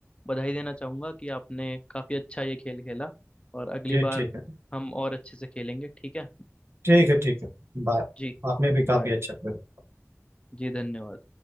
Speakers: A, on the left (about 20°); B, on the right (about 50°).
A: बधाई देना चाहूंगा कि आपने काफी अच्छा ये खेल खेला और अगली
B: जी
A: बार
B: ठीक है
A: हम और अच्छे से खेलेंगे ठीक है
B: ठीक है ठीक है बाय
A: जी
B: आपने भी काफी
A: बाय
B: अच्छा किया
A: जी धन्यवाद